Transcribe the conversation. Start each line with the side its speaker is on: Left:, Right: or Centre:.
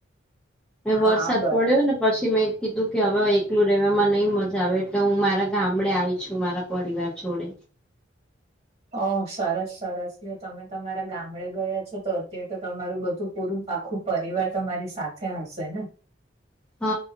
Centre: એ વરસાદ
Right: હા બરાબર
Centre: પડ્યો ને. પછી મેં કીધું કે હવે એકલું રેવાવામાં નઈ મજા આવે એટલે હું મારા ગામડે આઈ છું મારા. પરિવાર છોડે.
Right: ઓ સરસ સરસ જો તમે તમારા ગામડે ગયા છો તો અત્યારે તો તમારું બધું પૂરું પાખું. પરિવાર તમારી સાથે હશે ને?
Centre: હ.